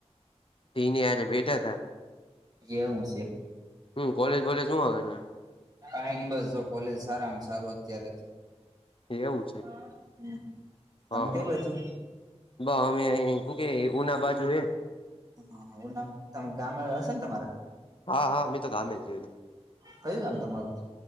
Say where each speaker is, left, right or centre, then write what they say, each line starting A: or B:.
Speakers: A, on the left; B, on the right.
A: ઈની હારે બેઠા તા
B: એવું છે
A: હું કોલેજ વોલેજ હું આવે <unintelligible>
B: કાંઈ ની બસ જો કોલેજ સારામાં સારું અત્યારે તો
A: એવું છે
B: હાં હં તમે
A: હા
B: કઈ
A: હા
B: બાજુ?
A: બ અમે અઈ હુ કે ઉના બાજુ હે
B: હાં ઉનામા તમ ગામડે હશે ને તમારે
A: હા હા અમે તો ગામે જ જોયું
B: કયું ગામ તમારું?